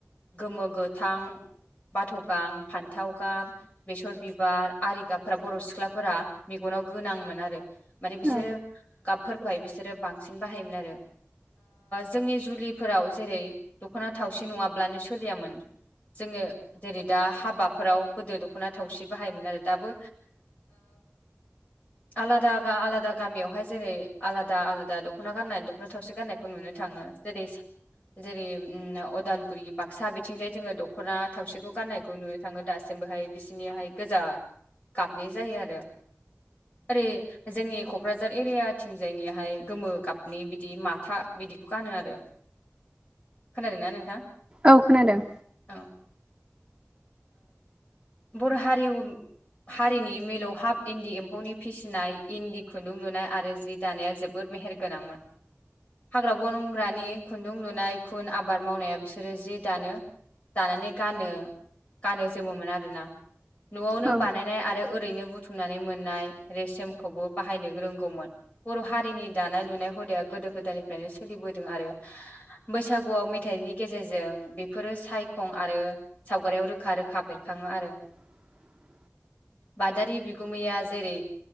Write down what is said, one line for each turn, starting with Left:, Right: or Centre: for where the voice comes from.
Left: गोमो गोथां बाथ गां फान्थाव गाब बेसर बिबार आरि गाबफ्रा बर' सिख्लाफोरा मेगन अखनाव गोनांमोन आरो माने बिसोरो
Right: औ
Left: कापफोरखौहाय बिसोरो बांसिन बाहायोमोन आरो जोंनि जुलिफोराव जेरै दख'ना थावसि नङाब्लानो सोलियामोन जोङो जेरै दा हाबाफोराव गोदो दखना थावसि बाहायोमोन आरो दाबो आलादा आलादा गामियावहाय जेरै आलादा आलादा दख'ना गाननानै थावसि गान्नायखौ नुनो थाङो जेरै जेरै अदालगुरि बाक्सा बिथिंजाय जोङो दख'ना थावसिखौ गाननायखौ नुनो थाङो दासिम बेहाय बिसोरनियााहाय गोजा गाबनाय जायो आरो ओरै जोंनि कक्राझार एरियाथिजायनिहाय गोमो गाबनि बि बिदि माथा बिदिखौ गानो आरो खोनादों ना नोंथां
Right: औ खोनादों
Left: औ बर हारियाव हारिनि मिलौहाब इन्दि एम्फौनि फिसिनाय इन्दि खुन्दुं लुनाय आरो जि दानाया जोबोद मेहेर गोनांमोन हाग्रा बनंग्रानि खुन्दुं लुनाय खुन आबाद मावनाया बिसोरो जि दानो दानानै गानो गानो जोमोमोन आरोना नआवनो
Right: औ
Left: बानायनाय आरो ओरैनो बुथुमनानै मोननाय रेसमखौबो बाहायनो रोंगौमोन बर' हारिनि दानाय लुनाय हुदाया गोदो गोदायनिफ्रायनो सोलिबोदों आरो बैसागुआव मेथाइनि गेजेरजों बेफोरो साय थं आरो सावगारियाव रोखा रोखा बेरखाङो आरो
Right: <inaudible>
Left: बादारि बिगुमैया जेरै